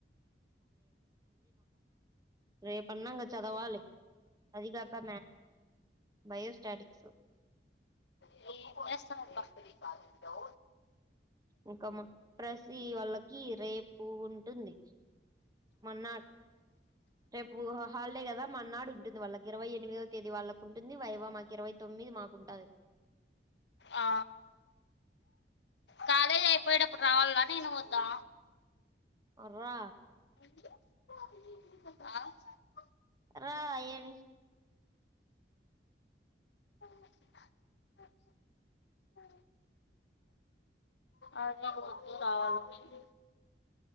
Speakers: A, on the right; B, on the left.
A: రేప్ ఆన్నాంగా చదవాలి అది కాక బయోస్టాటిక్స్
B: <unintelligible>
A: ఇంకా ప్రసిీ వాళ్ళకి రేపు ఉంటుంది మన్నాడు రేపు హాలిడే కదా మన్నాడు ఉంటుంది వాళ్ళకి ఇరవై ఎనిమిదో తేదీ వాళ్ళకి ఉంటుంది వైవ మాకు ఇరవై తొమ్మిది మాకు ఉంటాది
B: ఆ కాలేజ్ అయిపోయేటప్పుడు రావాలా నేను వద్దా
A: అ రా
B: <unintelligible>
A: రా ఏమి
B: <unintelligible> అదే వద్ద రావాలా అని